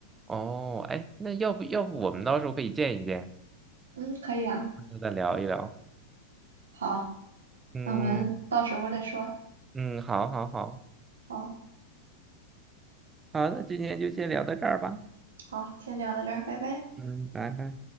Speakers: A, on the right; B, on the right.
A: 哦，哎，那要不要不我们到时候可以见一见，
B: 嗯，可以啊。
A: 然后再聊一聊。
B: 好，
A: 嗯
B: 那我们到时候再说。
A: 嗯，好好好，
B: 好，
A: 好，那今天就先聊到这儿吧。
B: 好，先聊到这儿，拜拜。
A: 嗯，拜拜。